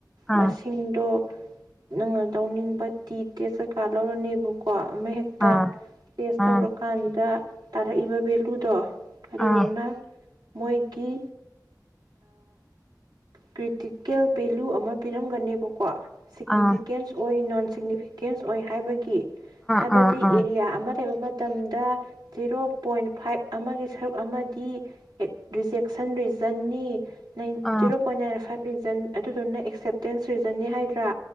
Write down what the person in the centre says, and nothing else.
ꯑꯥ
ꯑꯥ
ꯑꯥ
ꯑꯥ
ꯑꯥ
ꯑꯥ ꯑꯥ ꯑꯥ
ꯑꯥ